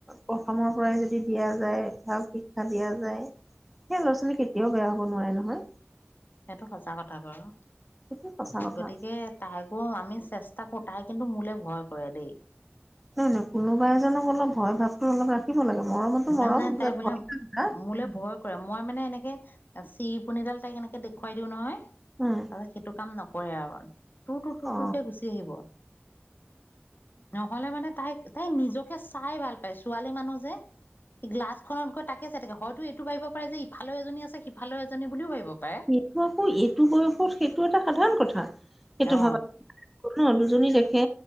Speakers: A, in the centre; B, on the left (about 50°).
A: প্ৰথমৰ পৰাই যদি দিয়া যায়, ভাল শিক্ষা দিয়া যায়, সেই ল'ৰা ছোৱালী কেতিয়াও বেয়া হ'ব নোৱাৰে নহয়।
B: সেইটো সঁচা কথা বাৰু,
A: সেইটো সঁচা কথা
B: গতিকে তাইকো আমি চেষ্টা কৰোঁ, তাই কিন্তু মোলে ভয় কৰে দেই।
A: নয় নয় কোনোবা এজনক অলপ ভয় ভাৱটো অলপ ৰাখ খিব লাগে মৰমতো
B: জানে
A: মৰম
B: তাই
A: যে <unintelligible>
B: বোলে মোলে ভয় মই মানে এনেকে চিৰিপনিডাল তাইক এনেকে দেখুৱাই দিওঁ নহয়,
A: উম
B: তাপা সেইটো কাম নক কৰে আৰু টুৰ, টুৰ, টুৰ,
A: অ
B: টুৰকে গুচি আহিব। নহ'লে মানে তাই, তাই তাই নিজকে চাই ভাল পায়। ছোৱালী মানুহ যে গ্লাছখনত গৈ তাকে চাই থা। হয়তো এইটো ভাবিব পাৰে যে ইফালেও এজনী আছে, সিফালেও এজনী বুলিও ভাৱিব পাৰে।
A: সেইটো আকৌ এইটো বয়সত সেইটো এটা সাধাৰণ কথা সেইটো
B: অ
A: ভাবা <unintelligible> দুজনী দেখে